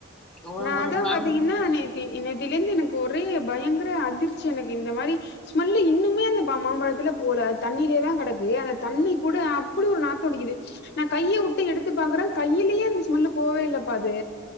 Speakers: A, in the centre; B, on the left.
A: ஒரு
B: நா
A: ஒரு
B: அதா
A: பாம்
B: பாத்தீகனா நேத்தி இன் நேத்திலிருந்து எனக்கு ஒ ஒரே பயங்ர அதிர்ச்சி எனக்கு இந்த மாரி ஸ்மல்லு இன்னுமே அந்த பா மாம்பழத்துல போல தண்ணிலேதா கெடக்கு ஆனா தண்ணி கூட அப்பிடி ஒரு நாத்தோ அடிக்குது நா கையவுட்டு எடுத் து பாக்குறே கையிலயு அந்த ஸ்மல்லு போவே இல்லப்பா அது